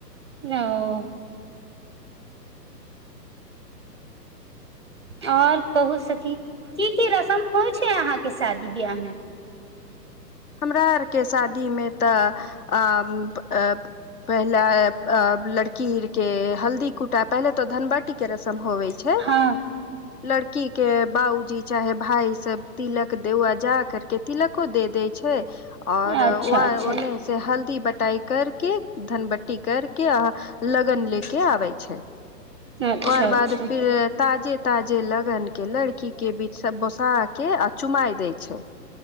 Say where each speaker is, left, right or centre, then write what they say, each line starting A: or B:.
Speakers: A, on the right (about 20°); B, on the left (about 60°).
A: न ओ और कहू सखी की की रसम होइ छै आहाँ के शादी बियाह मे
B: हमरा आरके शादीमे तऽ अ <unintelligible> पहला अ लड़की के हल्दी कुटा पहले तऽ धनबट हल्दी के रसम होवे छै
A: हँ
B: लड़की के बाबूजी चाहे भाई सब तिलक देौआ जा करके तिलको दे देय छै और
A: अच्छा
B: व
A: अच्छा
B: ओने से हल्दी बटाई करके धनबट्टी कर के अ लगन ले के आबै छै
A: अच्छा
B: और
A: अच्छा
B: बाद फिर ताजे ताजे लगन के लड़की के बीच बोसा के चुमाइ दै छै